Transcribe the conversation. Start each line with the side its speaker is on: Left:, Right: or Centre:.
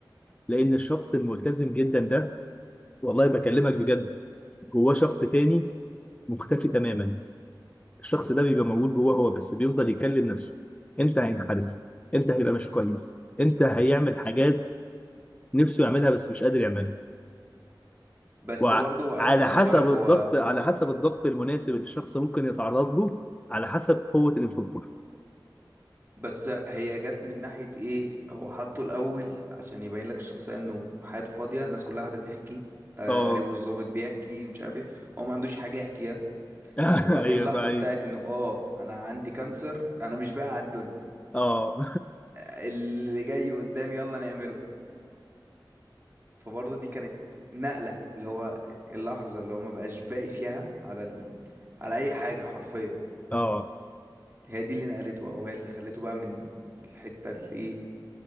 Left: لان الشخص الملتزم جدا ده والله بكلمك بجد جواه شخص تاني مختفي تماما الشخص ده بيبقى موجود جواه هو بس بيفضل يكلم نفسه انت هينحرف انت هيبقى مش كويس انت هيعمل حاجات نفسه يعملها بس مش قادر يعملها
Right: بس
Left: وعلى
Right: برضو خدت
Left: حسب
Right: بالك
Left: الضغط
Right: هو
Left: على حسب الضغط المناسب اللي الشخص ممكن يتعرض له على حسب قوة الانفجار
Right: بس هي جت من ناحية ايه هو حطه الأول عشان يبين لك الشخصية انه حياته فاضية الناس كلها قاعدة تحكي آه،
Left: اه
Right: قريبه الظابط بيحكي مش عارف ايه هو ما عندوش حاجة يحكيها
Left: <laughs>
Right: وبعدين
Left: ايوه
Right: اللحظة
Left: فاهم
Right: بتاعت انه اه انا عندي كانسر انا مش باقي على الدنيا
Left: اه
Right: اللي جاي قدامي يلا نعمله فبرضه دي كانت نقلة اللي هو اللحظة اللي هو ما بقاش باقي فيها على ال... على أي حاجة حرفيا
Left: <laughs> اه
Right: هي دي اللي نقلته أو هي اللي خلته بقى من الحتة الإيه